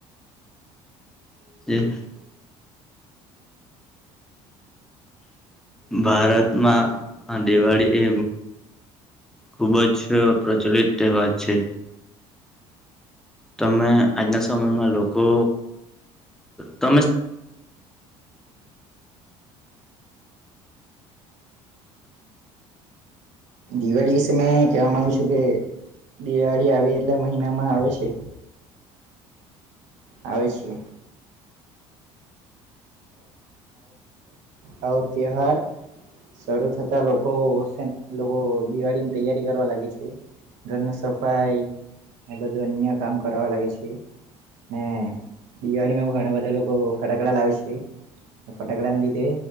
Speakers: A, in the centre; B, on the right (about 75°).
A: <inaudible> ભારતમાં દિવાળી એ ખૂબજ પ્રચલિત તહેવાર છે. તમે આજના સમયમાં લોકો તમે
B: દિવાળી વિશે મેં કેવા માંગુ છું કે દિવાળી આવે એટલે મહિનામાં આવે છે. આવે છે. આવો તહેવાર શરૂ થતા લોકો લોકો દિવાળીની તૈયારી કરવા લાગે છે. ઘરનું સફાઈ એ બધું અન્ય કામ કરવા લાગે છે. ને દિવાળી માં ઘણા બધા લોકો ફટાકડા લાવે છે. ઓકે ફટાકડાને લીધે